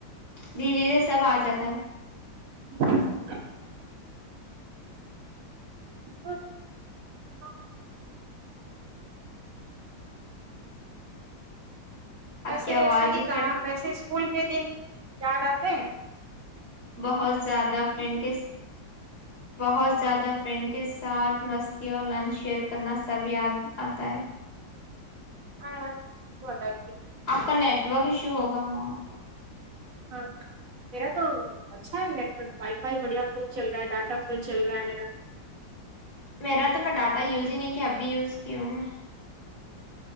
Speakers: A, on the left; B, on the right.
A: دھیرے دھیرے سب آ جاتا ہے
B: <unintelligible> ہ <unintelligible> ویسے
A: آپ کی آواز
B: صحیح
A: ہی
B: کہا
A: کٹ
B: ویسے کول کے دن جاے
A: بہت زیادہ فرینڈ کے بہت زیادہ فرینڈ کے ساتھ مستی اور لنچ شیئر کرنا سب یاد آتا ہے
B: آاں <unintelligible>
A: آپ کا نیٹورک ایشو ہوگا وہاں پ
B: ہاں میرا تو اچھا ہے نیٹورک وائی فائی بڑھیا فل چل رہا ہے ڈاٹا فل چل رہا ہے میرا
A: میرا تو میں ڈاٹا یوز ہی نہیں کیا اب بھی یوز کی ہوں میں